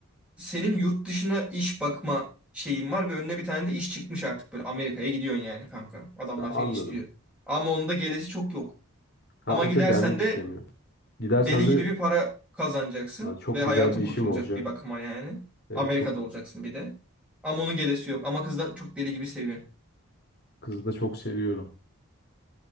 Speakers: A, in the centre; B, on the left.
A: senin yurt dışına iş bakma şeyin var ve önüne bir tane de iş çıkmış artık böyle Amerika'ya gidiyorsun yani kanka. Adamlar
B: Ha, anladım.
A: seni istiyor. Ama onun da gelesi çok yok.
B: Ha
A: Ama
B: o
A: gidersen
B: da gelmek
A: de
B: istemiyor. Gidersem
A: deli
B: de
A: gibi bir para kazanacaksın
B: "Ha, çok
A: ve hayatın
B: güzel bir
A: kurtulacak
B: işim olacak.
A: bir bakıma yani.
B: Evet,
A: Amerika'da
B: çok
A: olacaksın bir de. Ama onun gelesi yok. Ama kız da çok deli gibi seviyor.
B: kızı da çok seviyorum.